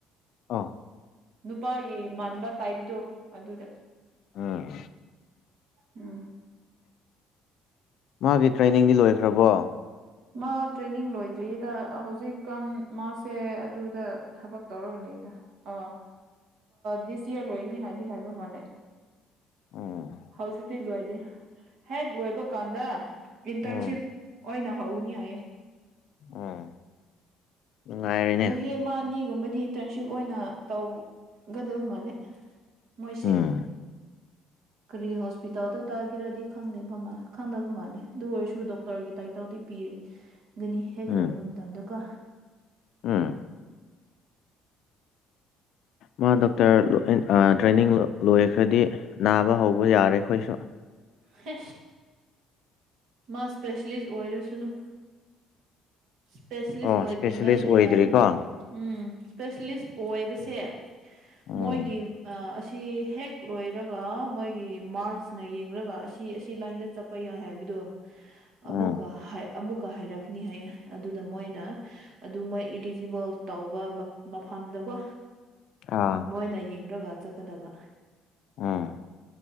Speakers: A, on the left; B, on the right.
A: ꯑꯣ
B: ꯅꯨꯄꯥꯒꯤ ꯃꯥꯟꯕ ꯇꯥꯏꯞꯗꯣ ꯑꯗꯨꯗ
A: ꯎꯝ
B: ꯎꯝ
A: ꯃꯥꯒꯤ ꯇ꯭ꯔꯦꯅꯤꯡꯗꯤ ꯂꯣꯏꯈ꯭ꯔꯕꯣ
B: ꯃꯥ ꯇ꯭ꯔꯦꯅꯤꯡ ꯂꯣꯏꯗ꯭ꯔꯤꯌꯦꯗ ꯍꯧꯖꯤꯛꯀꯥꯟ ꯃꯥꯁꯦ ꯑꯗꯨꯗ ꯊꯕꯛ ꯇꯧꯔꯒ ꯂꯩꯗ ꯑꯥ ꯗꯤꯁ ꯏꯌꯥꯔ ꯂꯣꯏꯒꯅꯤ ꯍꯥꯏꯗꯤ ꯍꯥꯏꯕ ꯃꯥꯜꯂꯦ
A: ꯎꯝ
B: ꯍꯧꯖꯤꯛꯇꯤ ꯂꯣꯏꯗꯤ ꯍꯦꯛ ꯂꯣꯏꯕ ꯀꯥꯟꯗ ꯏꯟꯇꯔꯟꯁꯤꯞ
A: ꯎꯝ
B: ꯑꯣꯏꯅ ꯍꯧꯅꯤ ꯍꯥꯏꯌꯦ
A: ꯑꯣ ꯅꯨꯡꯉꯥꯏꯔꯦꯅꯦ
B: ꯆꯍꯤ ꯑꯃ ꯑꯅꯤꯒꯨꯝꯕꯗꯤ ꯏꯟꯇꯔꯟꯁꯤꯞ ꯑꯣꯏꯅ ꯇꯧꯒꯗꯕ ꯃꯥꯂꯦ ꯃꯣꯏꯁꯦ
A: ꯎꯝ
B: ꯀꯔꯤ ꯍꯣꯁꯄꯤꯇꯥꯜꯗ ꯇꯥꯒꯦꯔꯗꯤ ꯈꯪꯗꯦꯕ ꯈꯪꯗꯕ ꯃꯥꯜꯂꯦ ꯑꯗꯨ ꯑꯣꯏꯔꯁꯨ ꯗꯣꯛꯇꯔꯒꯤ ꯇꯥꯏꯇꯜꯗꯤ ꯄꯤꯔꯦ
A: <inaudible>
B: ꯒꯅꯤ ꯍꯦꯛ
A: ꯎꯝ
B: ꯂꯣꯏꯕ ꯃꯇꯝꯗꯀꯣ
A: ꯎꯝ ꯃꯥ ꯗꯣꯛꯇꯔ ꯇ꯭ꯔꯦꯅꯤꯡ ꯂꯣꯏꯈ꯭ꯔꯗꯤ ꯅꯥꯕ ꯍꯧꯕ ꯌꯥꯔꯦ ꯑꯩꯈꯣꯏꯁꯨ
B: ꯍꯦ ꯃꯥ ꯏꯁꯄꯦꯁꯦꯂꯤꯁ ꯑꯣꯏꯔꯁꯅꯨ ꯏꯁꯄꯦꯁꯂꯤꯁ
A: ꯑꯣ
B: ꯑꯣꯏꯗ꯭ꯔꯤꯉꯩꯗ
A: ꯏꯁꯄꯦꯁꯦꯂꯤꯁ ꯑꯣꯏꯗ꯭ꯔꯤꯀꯣ
B: ꯌꯥꯗꯦ ꯎꯝ ꯏꯁꯄꯦꯁꯦꯂꯤꯁ ꯑꯣꯏꯕꯁꯦ
A: ꯎꯝ
B: ꯃꯣꯏꯒꯤ ꯑ ꯁꯤ ꯍꯦꯛ ꯂꯣꯏꯔꯒ ꯃꯣꯏꯒꯤ ꯃꯥꯔꯛꯁꯅ ꯌꯦꯡꯂꯡꯒ ꯑꯁꯤ ꯑꯁꯤ ꯂꯥꯏꯟꯗ ꯆꯠꯄ ꯌꯥꯏ ꯍꯥꯏꯕꯗꯣ ꯑꯃꯨꯛꯀ
A: ꯎꯝ
B: ꯍꯥꯏ ꯑꯃꯨꯛꯀ ꯍꯥꯏꯔꯛꯅꯤ ꯍꯥꯏꯌꯦ ꯑꯗꯨꯗ ꯃꯣꯏꯅ ꯑꯗꯨ ꯃꯣꯏ ꯏꯂꯤꯖꯤꯕꯜ ꯇꯧꯕ ꯃꯐꯝꯗꯀꯣ
A: ꯑꯥ
B: ꯃꯣꯏꯅ ꯌꯦꯡꯔꯒ ꯆꯠꯀꯗꯕ
A: <unintelligible>